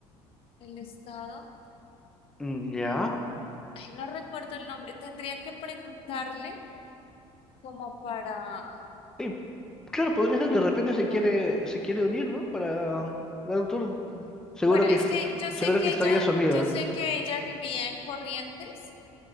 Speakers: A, on the left; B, in the centre.
A: el estado.
B: mm, ya.
A: Ay, no recuerdo el nombre. Tendría que preguntarle como para,
B: Oye, claro, podría ser, de repente se
A: para...
B: quiere, se quiere unir, ¿no? Para dar un tour. Seguro
A: Bueno,
B: que,
A: es
B: ex-
A: que yo
B: seguro
A: sé que
B: que extraña
A: ella,
B: a su amiga.
A: yo sé que ella vivía en Corrientes,